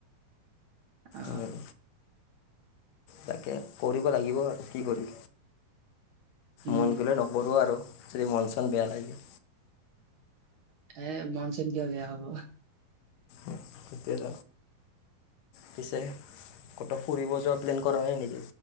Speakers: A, on the right (about 70°); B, on the left (about 70°).
A: অ
B: উম তাকে কৰিব লাগিব আৰু, কি কৰি
A: উম
B: মন গ'লে নকৰোঁ আৰু যদি মন চন বেয়া লাগে।
A: এ মনচন কিয় বেয়া হব।
B: উম হেইটুয়ে ত। পিছে কতো ফুৰিব যোৱা প্লেন কৰা নাই নেকি,